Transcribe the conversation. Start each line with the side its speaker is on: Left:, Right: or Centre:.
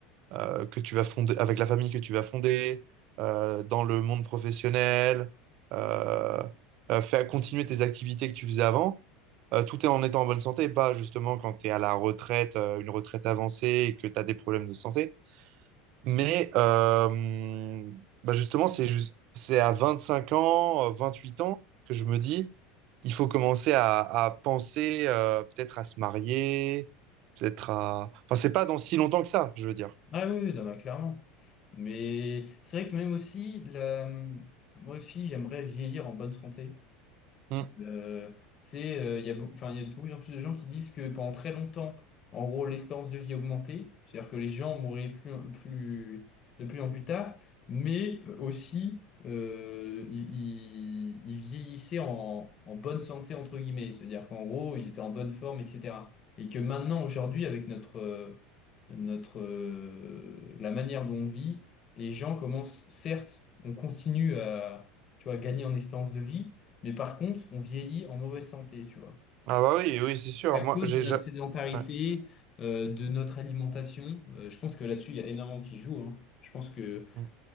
Right: euh, que tu vas fonder, avec la famille que tu vas fonder, euh, dans le monde professionnel, euh, euh, faire continuer tes activités que tu faisais avant, euh, tout est en étant en bonne santé, pas justement quand tu es à la retraite, euh, une retraite avancée et que tu as des problèmes de santé. Mais euh, bah justement, c'est juste c'est à 25 ans, euh, huit ans que je me dis, il faut commencer à, à penser euh, peut-être à se marier, peut-être à... Enfin, c'est pas dans si longtemps que ça, je veux dire.
Left: Ah oui, oui, non, mais clairement. Mais c'est vrai que même aussi, la- moi aussi, j'aimerais vieillir en bonne santé.
Right: Mm.
Left: Euh, tu sais, euh, il y a, beau- enfin, il y a de plus en plus de gens qui disent que pendant très longtemps, en gros, l'espérance de vie augmentait, c'est-à-dire que les gens mouraient plus, plus, de plus en plus tard, mais euh, aussi euh, ils, ils- ils vieillissaient en, en bonne santé, entre guillemets, c'est-à-dire qu'en gros, ils étaient en bonne forme, etc. Et que maintenant, aujourd'hui, avec notre, euh, notre, euh, la manière dont on vit, les gens commencent, certes, on continue à, tu vois, gagner en espérance de vie, mais par contre, on vieillit en mauvaise santé, tu vois.
Right: Ah bah oui, oui, c'est sûr.
Left: À
Right: Moi,
Left: cause
Right: j'ai...
Left: de notre
Right: j'ai-
Left: sédentarité,
Right: ouais.
Left: euh, de notre alimentation, Euh, je pense que là-dessus, il y a énormément qui joue, hein. Je pense que
Right: Mm.